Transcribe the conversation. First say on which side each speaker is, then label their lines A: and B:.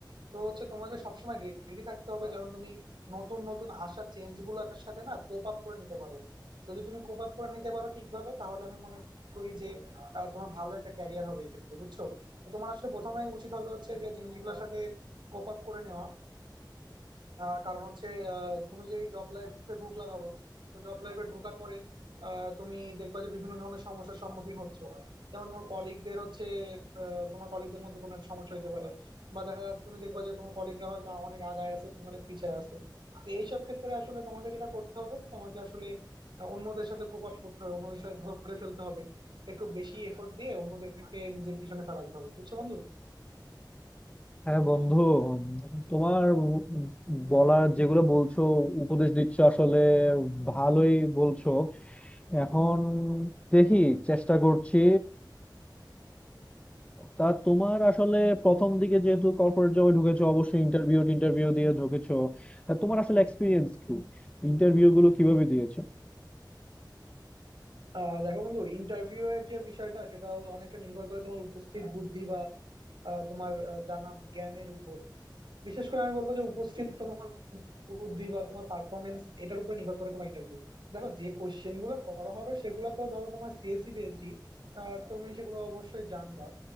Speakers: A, on the right; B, on the left.
A: তো হচ্ছে তোমাকে সবসময় রেডি থাকতে হবে যেন তুমি নতুন নতুন আসা চেঞ্জ গুলোর সাথে না কোপ আপ করে নিতে পারো যদি তুমি কোপ আপ করে নিতে পারো ঠিকভাবে তাহলে আমি মনে করি যে আহ, তোমার ভালো একটা ক্যারিয়ার হবে এক্ষেত্রে বুঝছো তো তোমার আসলে প্রথমেই উচিত হবে হচ্ছে যে জিনিসগুলোর সাথে কোপ আপ করে নেওয়া আহ কারণ হচ্ছে আহ, তুমি যেই জব লাইফে ঢুকলা ধরো তো জব লাইফে ঢোকার পরে আহ, তুমি দেখবা যে বিভিন্ন ধরনের সমস্যার সম্মুখীন হচ্ছ যেমন তোমার কলিগদের হচ্ছে আহ, তোমার কলিগদের মধ্যে কোনো একটা সমস্যা হতে পারে বা দেখা যাচ্ছে তুমি দেখবা যে তোমার কলিগরা হয়তো অনেক আগায় আছে তুমি অনেক পিছায় আছো তো এইসব ক্ষেত্রে আসলে তোমাকে যেটা করতে হবে তোমাকে আসলে অন্যদের সাথে কোপ আপ করতে হবে অন্যদের সাথে ধরে ফেলতে হবে একটু বেশি এফোর্ট দিয়ে অন্যদেরকে নিজের পিছনে ফেলাইতে হবে বুঝছো বন্ধু
B: হ্যাঁ বন্ধু উম, তোমার উম বলার যেগুলো বলছো উপদেশ দিচ্ছ আসলে ভালোই বলছো এখন দেখি চেষ্টা করছি তা তোমার আসলে প্রথম দিকে যেহেতু কর্পোরেট জবে ঢুকেছো অবশ্যই ইন্টারভিউ ইন্টারভিউ দিয়ে ঢুকেছো তা তোমার আসলে এক্সপিরিয়েন্স কি ইন্টারভিউ গুলো কিভাবে দিয়েছো
A: আহ দেখো বন্ধু ইন্টারভিউ এর যে বিষয়টা সেটা অনেকটা নির্ভর করে তোমার উপস্থিত বুদ্ধি বা আহ, তোমার আহ, জানা জ্ঞানের উপর বিশেষ করে আমি বলবো যে উপস্থিত তোমার বুদ্ধি বা তোমার পারফরমেন্স এটার উপরে নির্ভর করে তোমার ইন্টারভিউ দেখো যে কোশ্চেন গুলো করা হবে সেগুলো তো ধরো তোমার সিএসসি পিএইচডি আর তুমি সেগুলো অবশ্যই জানবা